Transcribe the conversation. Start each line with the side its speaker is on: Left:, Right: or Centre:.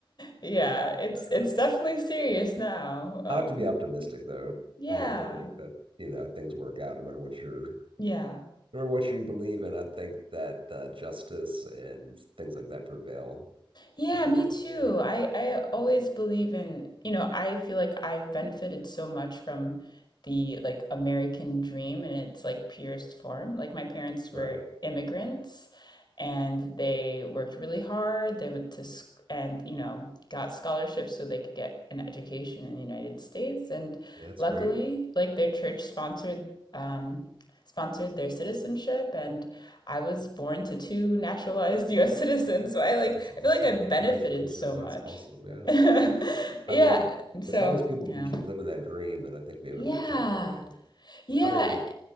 Left: Yeah,
Right: <laughs>
Left: it's
Right: But, uh,
Left: it's definitely serious now. Um,
Right: I like to be optimistic, though.
Left: yeah.
Right: I like to think that you know things work out no matter what you're,
Left: Yeah.
Right: no matter what you believe in. I think that uh, justice and things like that prevail
Left: Yeah,
Right: at the
Left: me
Right: end of the
Left: too.
Right: day.
Left: I I always believe in, you know, I feel like I've benefited so much from the like American dream in its like purest form. Like my parents
Right: Right?
Left: were immigrants and they worked really hard. They went to sc and, you know, got scholarships so they could get an education in the United States. And
Right: Yeah, that's
Left: luckily,
Right: great.
Left: like their church sponsored um sponsored their citizenship and I was born to two naturalized <laughs> US citizens, so I like
Right: Oh, that's awesome.
Left: I feel like I've
Right: Man.
Left: benefited
Right: Congratulations.
Left: so
Right: That's
Left: much.
Right: awesome. Yeah.
Left: <laughs> Yeah.
Right: I mean,
Left: So,
Right: as long as people
Left: yeah.
Right: can keep living that dream, then I think we have
Left: Yeah.
Right: a good country. I don't.
Left: Yeah.
Right: I don't want to get